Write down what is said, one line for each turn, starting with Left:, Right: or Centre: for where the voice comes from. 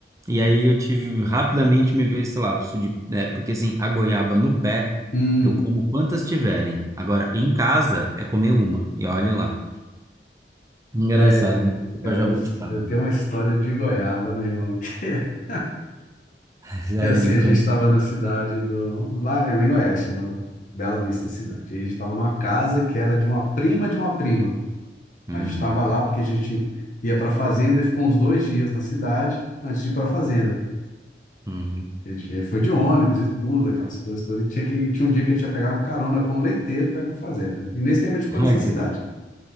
Right: E aí eu tive rapidamente me veio esse lapso de, né, porque assim, a goiaba no pé,
Left: Hum.
Right: eu como quantas tiverem. Agora, em casa, é comer uma. E olhe lá. Engraçado,
Left: É, cara,
Right: com a jabuticaba.
Left: hoje eu tenho uma história de goiaba, meu irmão. <laughs>
Right: <laughs> Sério,
Left: E assim,
Right: me
Left: a
Right: conta.
Left: gente estava na cidade do. Lá em Goiás, chama Bela Vista Cidade. E a gente estava numa casa que era de uma prima de uma prima.
Right: Uhum.
Left: A gente estava lá porque a gente ia para a fazenda e ficou uns dois dias na cidade antes de ir para a fazenda.
Right: Uhum.
Left: A gente foi de ônibus e tudo, aquelas coisas todas. E tinha que, tinha um dia que a gente ia pegar uma carona com um leiteiro para ir para a fazenda. E nesse tempo a gente ficou nessa
Right: Ai,
Left: cidade,
Right: que-